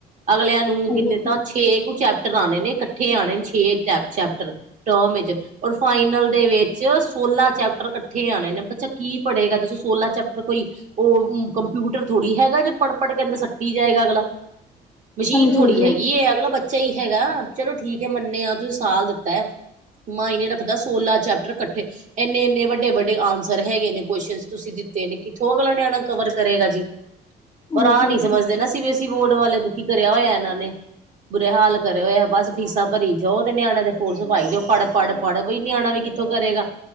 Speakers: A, on the right; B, on the left.
A: ਅਗਲਿਆਂ ਨੂੰ
B: ਹਾਂਜੀ
A: ਕਿੰਨੇ
B: ਹਾਂਜੀ
A: ਤਾਂ ਛੇ ਕੁ ਚੈਪਟਰ ਆਉਣੇ ਨੇ ਇਕੱਠੇ ਆਉਣੇ ਨੇ ਛੇ ਚੈਪਟਰ ਟਮ ਵਿੱਚ ੳਰ ਫਾਈਨਲ ਦੇ ਵਿੱਚ ਸੋਲਾਂ ਚੈਪਟਰ ਇਕੱਠੇ ਆਣੇ ਨੇ ਬੱਚਾ ਕੀ ਪੜ੍ਹੇਗਾ ਦੱਸੋ ਸੋਲਾਂ ਚੈਪਟਰ ਕੋਈ ਉਹੀ ਕੰਪਿਊਟਰ ਥੋੜ੍ਹੀ ਹੈਗਾ ਜੋ ਪੜ੍ਹ-ਪੜ੍ਹ ਕਹਿੰਦਾ ਦਸ ਰਟੀ ਜਾਏਗਾ ਅਗਲਾ ਮਸ਼ੀਨ
B: ਹਾਂਜੀ
A: ਥੋੜ੍ਹੀ ਹੈਗੀ
B: ਹਾਂਜੀ
A: ਅਗਲਾ ਬੱਚਾ ਈ ਹੈਗਾ ਚਲੋ ਠੀਕ ਐ ਮੰਨਿਆ ਆ ਤੁਸੀਂ ਸਾਲ ਦਿੱਤਾ ਐ ਮਾਇਨੇ ਰੱਖਦਾ ਸੋਲਾਂ ਚੈਪਟਰ ਇਕੱਠੇ ਇੰਨੇ-ਇੰਨੇ ਵੱਡੇ-ਵੱਡੇ ਆਂਸਰ ਹੈਗੇ ਨੇ ਕੋਸ਼ਨ ਤੁਸੀਂ ਦਿੱਤੇ ਨੇ ਕਿੱਥੋਂ ਅਗਲਾ ਨਿਆਣਾ ਕਵਰ ਕਰੇਗਾ ਜੀ ਪਰ ਆ
B: ਹਾਂਜੀ
A: ਨੀ ਸਮਝਦੇ ਨਾ ਸੀ ਬੋਰਡ ਵਾਲੇ ਦੁਖੀ ਕਰਿਆ ਹੋਇਆ ਇਹਨਾਂ ਨੇ ਬੁੁਰੇ ਹਾਲ ਕਰਿਆ ਹੋਇਆ ਬਸ ਫੀਸਾਂ ਭਰੀ ਜਾਓ ਨਿਆਣੇ ਦੇ ਫੋਰਸ ਪਾਈ ਜਾਉ ਪੜ੍ਹ-ਪੜ੍ਹ-ਪੜ੍ਹ ਬਈ ਨਿਆਣਾ ਵੀ ਕਿੱਥੋਂ ਕਰੇਗਾ